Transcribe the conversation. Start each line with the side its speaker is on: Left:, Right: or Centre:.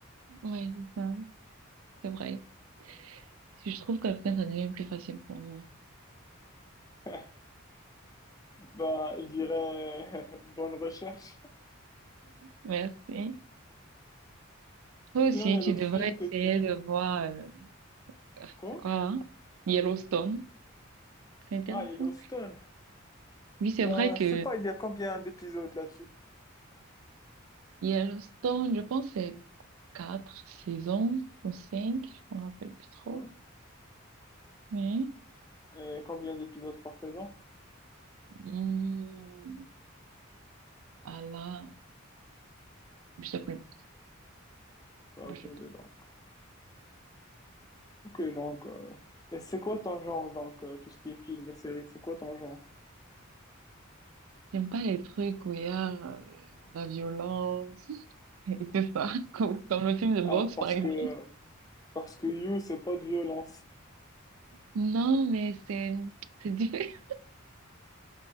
Right: Oui, c'est ça, c'est vrai. Si je trouve quelqu'un, ça devient plus facile pour moi.
Left: <laughs> Ben, je dirais <laughs> bonne recherche.
Right: Merci. Toi
Left: Sinon,
Right: aussi,
Left: il y a
Right: tu
Left: d'autres
Right: devrais
Left: films que
Right: essayer
Left: t'es.
Right: de voir, euh, ah,
Left: Quoi?
Right: c'est quoi là? Yellowstone. C'est intéressant.
Left: Ah, Yellowstone.
Right: Oui, c'est
Left: Ben,
Right: vrai que
Left: je sais pas, il y a combien d'épisodes là-dessus?
Right: Yellowstone, je pense, que c'est quatre saisons ou cinq, je me rappelle plus trop.
Left: hein
Right: Mais,
Left: Et combien d'épisodes par saison?
Right: hmm, ah là, je sais plus.
Left: Ben, aucune
Right: Je sais plus.
Left: idée, donc. Ok, donc. euh, Et c'est quoi ton genre, donc, euh, tout ce qui est film et série, c'est quoi ton genre?
Right: J'aime pas les trucs où il y a euh, la violence et tout ça, <laughs> comme, comme le film de boxe,
Left: Ah, parce
Right: par exemple.
Left: que, parce que You, c'est pas de violence.
Right: Non, mais c'est c'est diffé-